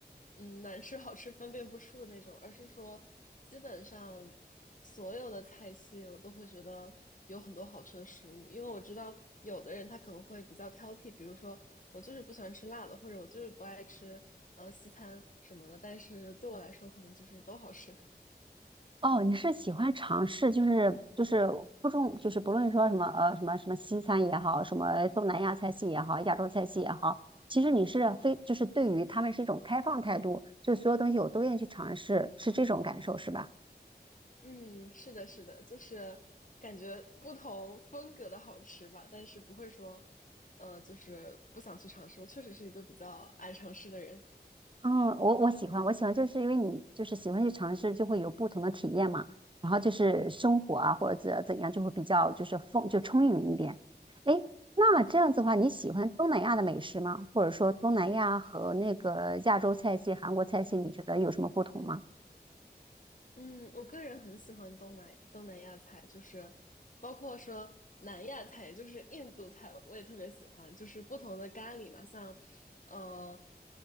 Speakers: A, on the left; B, on the right.
A: 嗯，难吃好吃分辨不出的那种，而是说，基本上所有的菜系我都会觉得有很多好吃的食物。因为我知道有的人他可能会比较挑剔，比如说我就是不喜欢吃辣的，或者我就是不爱吃呃西餐什么的。但是对我来说，可能就是都好吃。
B: 哦，你是喜欢尝试，就是就是不重，就是不论说什么呃什么什么西餐也好，什么东南亚菜系也好，亚洲菜系也好，其实你是非就是对于他们是一种开放态度，
A: 嗯。
B: 就所有东西我都愿意去尝试，是这种感受是吧？
A: 嗯，是的，是的，就是感觉不同风格的好吃吧，但是不会说，呃，就是不想去尝试。我确实是一个比较爱尝试的人。
B: 嗯，我我喜欢，我喜欢，就是因为你就是喜欢去尝试，就会有不同的体验嘛。然后就是生活啊，或者怎怎样，就会比较就是丰就充盈一点。诶，那这样子的话，你喜欢东南亚的美食吗？或者说东南亚和那个亚洲菜系、韩国菜系，
A: 嗯。
B: 你觉得有什么不同吗？
A: 嗯，我个人很喜欢东南东南亚菜，就是包括说南亚菜，就是印度菜，我也特别喜欢。就是不同的咖喱嘛，像呃